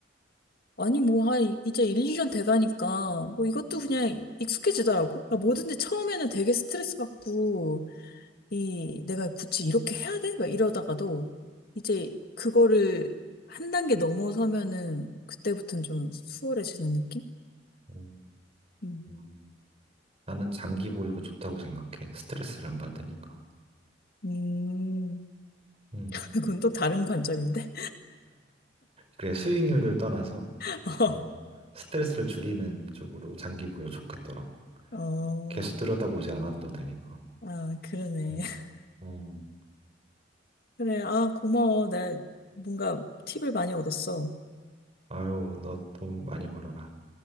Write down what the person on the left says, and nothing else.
아니 뭐 한 이제 일 이 년 돼가니까 뭐 이것도 그냥 익숙해지더라고. 그러니까 뭐든지 처음에는 되게 스트레스 받고 이 내가 굳이 이렇게 해야 돼? 막 이러다가도 이제 그거를 한 단계 넘어서면은 그때부터는 좀 수월해지는 느낌?
음.
음,
<laughs> 그건 또 다른 관점인데?
<laughs>
어,
아, 그러네.
<laughs>
그래, 아, 고마워. 나 뭔가 팁을 많이 얻었어.